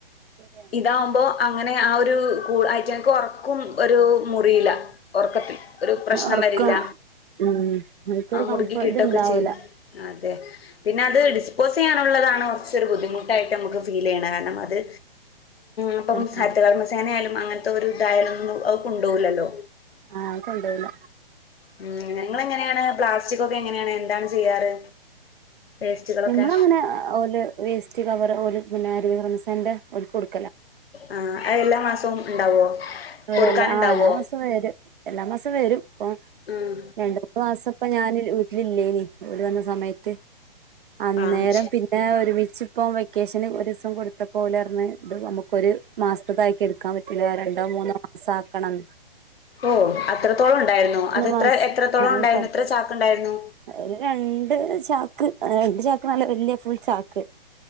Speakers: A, on the right (about 60°); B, on the left (about 80°).
A: ശരിയാണ്
B: ഇതാവുമ്പോ അങ്ങനെ ആഹ് ഒരു കൂള ആയിറ്റ് എനക്ക് ഒറക്കും ഒരു മുറിയില. ഒറക്കത്തിൽ ഒരു പ്രശ്നം
A: ഉറക്കം
B: വരില്ല
A: ഉം എനിക്കൊരു
B: ആഹ് മുറുകി
A: കംഫർട്ട്
B: കിട്ടൊക്കെ
A: ഇതുണ്ടാവൂല
B: ചെയ്യും. അതെ. പിന്നെ അത് ഡിസ്പോസ് ചെയ്യാനുള്ളതാണ് കൊർചോരു ബുദ്ധിമുട്ടായിട്ട് അമക്ക് ഫീൽ യ്യണെ കാരണം അത് അപ്പം
A: ആഹ്
B: ഹരിതകർമ്മസേനയാലും അങ്ങൻത്തെ ഒരു തായാലൊന്നും അഹ് കൊണ്ടോലല്ലോ
A: ആഹ് കൊണ്ടോവുല.
B: ഉം നിങ്ങള് എങ്ങനെണ് പ്ലാസ്റ്റിക് ഒക്കെ എങ്ങന്യേണ് എന്താണ് ചെയ്യാറ്? വേസ്റ്റുകളൊക്കെ
A: ഞമ്മള് അങ്ങനെ ഓല് വേസ്റ്റ് കവർ ഓല് പിന്നെ റംസാന്റെ ഓല്കൊടു
B: ആഹ് ആഹ് അത് എല്ലാ മാസവും ഉണ്ടാവോ
A: അവല്ല
B: കൊടുക്കാനുണ്ടാവോ
A: ആഹ് എല്ലാ മാസവും വരും എല്ലാ മാസം വരും ഇപ്പൊ
B: ഉം
A: രണ്ട് മാസംപ്പ ഞാൻ വീട്ടിലില്ലേനി വീട് വന്ന സമയത്ത് അന്നേരം
B: ആ ശരി
A: പിന്ന പിന്നെ ഒരുമിച്ച് ഇപ്പം വെക്കേഷന് ഒരു ദിവസം കൊടുത്ത പോലെ ഇറന്ന് ഇത് നമുക്കൊരു മാസത്ത ആക്കി എടുക്കാൻ പറ്റും പിന്നെ രണ്ടോ മൂന്നോ മാസ ആക്കണം
B: ഓ അത്രത്തോളം ഉണ്ടായിരുന്നു അതെത്ര
A: മാസം
B: എത്രത്തോളം
A: അത്
B: ഉണ്ടായിരുന്നു
A: കൊറച്ച്
B: എത്ര ചാക്ക് ഉണ്ടായിരുന്നു
A: ഒരു രണ്ട് ചാക്ക് രണ്ട് ചാക്ക് നല്ല വല്യ ഫുൾ ചാക്ക്